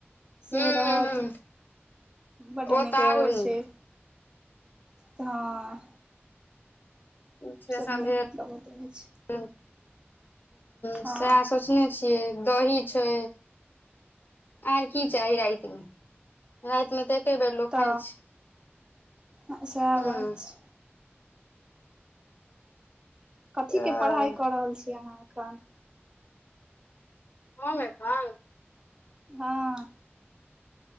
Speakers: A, on the right (about 20°); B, on the left (about 50°).
A: से
B: हूँ
A: रहत
B: हूँ
A: बड
B: ओ
A: नीक
B: तऽ
A: लगे
B: आरो नीक
A: छै हँ
B: से
A: सब
B: सभ
A: नीक
B: भेल
A: लगैत रहै छै
B: सएह
A: हँ
B: सोचने छियै दही छै आर की चाही राति मे राति मे त के बेर लोक खाय
A: तऽ
B: छै
A: हँ सएह
B: ह
A: बात छै कथी
B: अ
A: के पढ़ाई क रहल छी अहाँ एखन
B: हम एखन
A: हँ